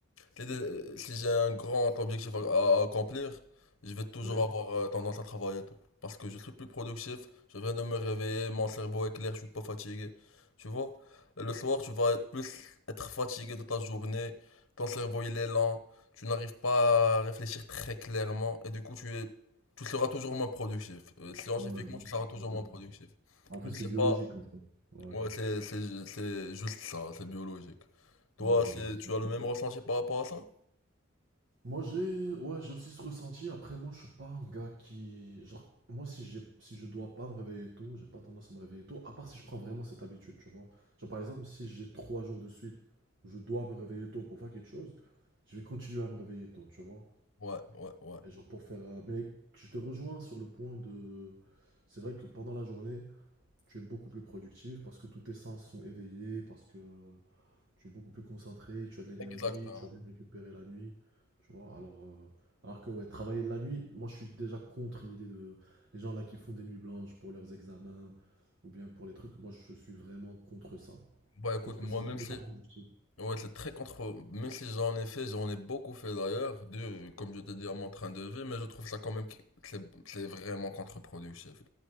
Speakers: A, on the left; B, on the right.
A: Si des- si j'ai un grand objectif à, à accomplir, je vais toujours
B: ok.
A: avoir euh, tendance à travailler et tout. Parce que je suis plus productif, je viens de me réveiller, mon cerveau est clair, je suis pas fatigué. Tu vois? Et le soir, tu vas être plus être fatigué de ta journée, ton cerveau il est lent, tu n'arrives pas à réfléchir très clairement, et du coup tu es, tu seras toujours moins productif. Euh, Scientifiquement,
B: Ouais, je vois
A: tu
B: ce
A: seras
B: que tu
A: toujours
B: veux dire.
A: moins productif.
B: En fait,
A: Je
B: c'est
A: sais
B: biologique,
A: pas,
B: en fait. Ouais,
A: moi c'est c'est- c'est juste ça, c'est biologique. Toi,
B: ouais, bah,
A: c'est-
B: de toute
A: tu as
B: façon.
A: le même ressenti par rapport à ça?
B: Moi, j'ai, ouais, j'ai aussi ce ressenti. Après, moi, je suis pas un gars qui, genre, moi, si j'ai, si je dois pas me réveiller tôt, j'ai pas tendance à me réveiller tôt. À part si je prends vraiment cette habitude, tu vois. Genre, par exemple, si j'ai trois jours de suite où je dois me réveiller tôt pour faire quelque chose, je vais continuer à me réveiller tôt, tu vois.
A: Ouais, ouais, ouais.
B: Et genre pour faire, euh, mais je te rejoins sur le point de, c'est vrai que pendant la journée. tu es beaucoup plus productif parce que tous tes sens sont éveillés, parce que tu es beaucoup plus concentré, tu as de l'énergie,
A: Exactement.
B: tu as bien récupéré la nuit, tu vois. Alors, euh, alors que ouais, travailler la nuit, moi je suis déjà contre l'idée de les gens là qui font des nuits blanches pour leurs examens ou bien pour les trucs, moi je suis vraiment contre ça.
A: Bah écoute,
B: Je trouve que
A: moi
B: c'est
A: même
B: contre-productif.
A: si ouais, c'est très contre même si j'en ai fait, j'en ai beaucoup fait d'ailleurs, de comme je t'ai
B: Ouais,
A: dit à mon train de vie, mais je trouve ça quand même que c'est c'est vraiment contre-productif.